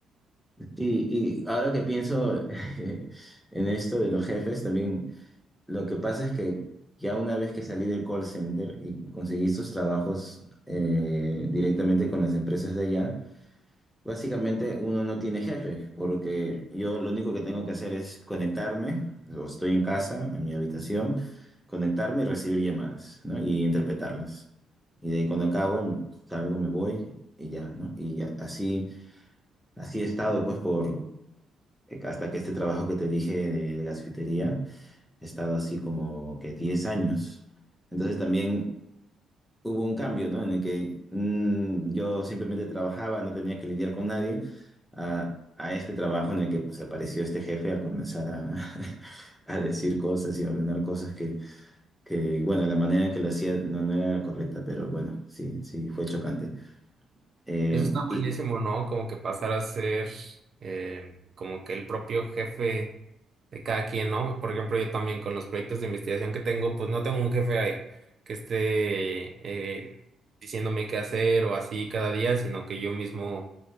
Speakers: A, in the centre; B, on the right.
A: Y, y ahora que pienso <laughs> en esto de los jefes, también lo que pasa es que ya una vez que salí del call center y conseguí estos trabajos eh, directamente con las empresas de allá, Básicamente uno no tiene jefe, porque yo lo único que tengo que hacer es conectarme, o estoy en casa, en mi habitación, conectarme y recibir llamadas, ¿no? Y interpretarlas. Y de ahí cuando acabo, salgo, me voy y ya, ¿no? Y ya- así, así he estado, pues, por, hasta que este trabajo que te dije de, de gasfitería, he estado así como que 10 años. Entonces también hubo un cambio, ¿no? En el que mm, yo simplemente trabajaba, no tenía que lidiar con nadie, a, a este trabajo en el que pues apareció este jefe a comenzar a, <laughs> a decir cosas y a ordenar cosas que, que, bueno, la manera en que lo hacía no, no era la correcta, pero bueno, sí, sí, fue chocante. Eh,
B: Eso está buenísimo,
A: y
B: ¿no? Como que pasar a ser eh, como que el propio jefe. de cada quien, ¿no? Por ejemplo, yo también con los proyectos de investigación que tengo, pues no tengo un jefe ahí que esté eh, diciéndome qué hacer o así cada día, sino que yo mismo